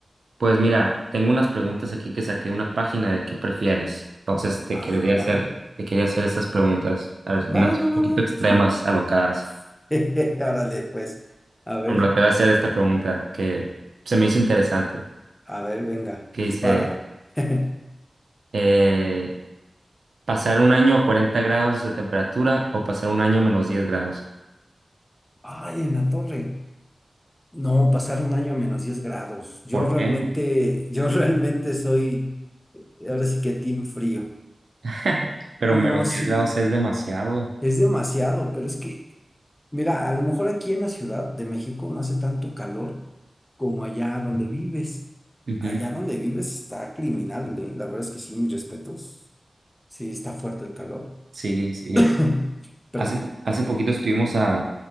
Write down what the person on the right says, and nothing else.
Pues mira, tengo unas preguntas aquí que saqué de una página de qué prefieres. Entonces te
quería hacer,
te quería hacer estas preguntas, a ver, unas
un
poquito
extremas,
alocadas.
Por ejemplo, te voy a hacer esta pregunta que se me hizo interesante,
que
dice,
eh, ¿pasar un año a 40 grados de temperatura o pasar un año a menos diez grados?
¿Por
qué?
<laughs> Pero menos
10 grados es demasiado.
Ujú.
Sí, sí.
Hace, po- hace poquito estuvimos a,